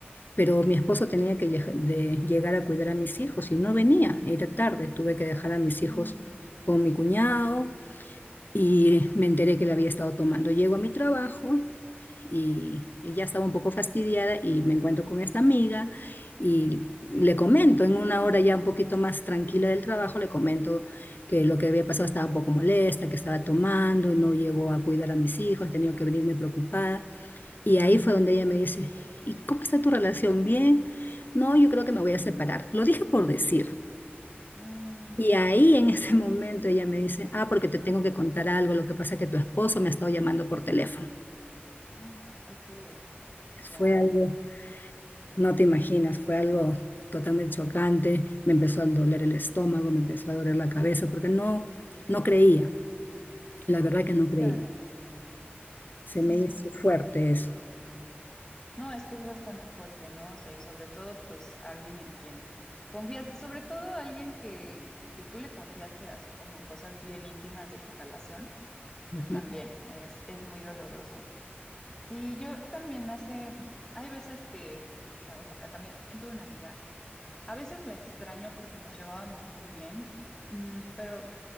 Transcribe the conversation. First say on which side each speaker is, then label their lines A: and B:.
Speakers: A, on the left; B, on the left.
A: pero mi esposo tenía que lleg- de llegar a cuidar a mis hijos y no venía, era tarde, tuve que dejar a mis
B: Mm,
A: hijos con mi cuñado y me enteré que le había estado tomando. Llego a mi trabajo y ya estaba un poco fastidiada y me encuentro con esta amiga y le comento, en una hora ya un poquito más tranquila del trabajo, le comento que lo que había pasado estaba un poco molesta, que estaba tomando y no llegó a cuidar a mis hijos, he tenido que venirme preocupada. Y ahí fue donde ella me dice, ¿y cómo está tu relación? ¿Bien? No, yo creo que me voy a separar. Lo dije por decir.
B: mm,
A: Y ahí en ese <laughs> momento ella me dice, ah, porque te tengo que contar algo, lo que pasa es que tu esposo me ha estado llamando por teléfono.
B: <sighs> ok, ya,
A: Fue algo, no te imaginas, fue algo totalmente chocante, me empezó a doler el estómago, me empezó a doler la cabeza, porque no, no creía, la verdad que no
B: claro,
A: creía.
B: sí.
A: Se me hizo fuerte eso.
B: No, es que es bastante fuerte, ¿no? O sea, y sobre todo, pues, alguien en quien confías, sobre todo alguien que, que tú le confiaste así como cosas bien íntimas de tu relación,
A: Ujú.
B: pues también es, es muy doloroso. Sí, yo también hace, hay veces que, o sea, también tuve una amiga, a veces la extraño porque nos llevábamos muy bien, mm, pero